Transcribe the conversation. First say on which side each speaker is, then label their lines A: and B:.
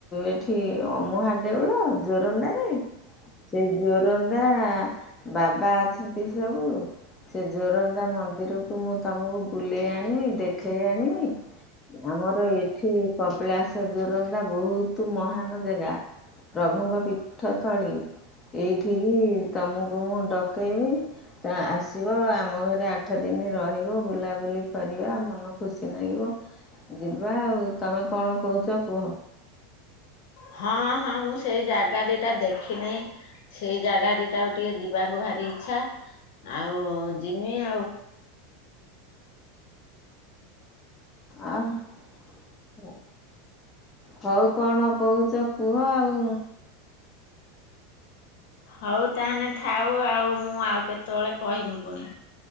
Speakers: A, on the left; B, on the left.
A: ଏଠି ଅମୁହା ଦେଉଳ ଜୋରନ୍ଦା ରେ ସେ ଜୋରନ୍ଦା ବାବା ଅଛନ୍ତି ସବୁ ସେ ଜୋରନ୍ଦା ମନ୍ଦିର ମୁଁ ତମକୁ ବୁଲେଇ ଆଣିବି ଦେଖେଇ ଆଣିବି ଆମର ଏଠି କପିଳାସ ଜୋରନ୍ଦା ବହୁତ ମହାନ ଜାଗା ପ୍ରଭୁଙ୍କ ପୀଠଥଳିୀ ଏଇଠିକି ତମକୁ ମୁଁ ଡକେଇବି ଆସିବ ଆମ ଘରେ ଆଠ ଦିନ ରହିବ ବୁଲାବୁଲି କରିବା ମନ ଖୁସି ଲାଗିବ ଯିବା ଆଉ ତମେ କଣ କହୁଛ କୁହ?
B: ହଁ ହଁ ମୁଁ ସେଇ ଜାଗା ଦିଟା ଦେଖିନେଇ ସେଇ ଜାଗା ଦିଟା ଆ ଟିକେ ଯିବାକୁ ଭାରି ଇଛା ଆଉ ଜିମି ଆଉ।
A: ଆଉ ହଉ କଣ କହୁଛ କୁହ ଆଉ
B: ହଉ ତାହେଲେ ଥାଉ ଆଉ ମୁଁ ଆଉ କେତେବେଳେ କହମି ପୁଣି।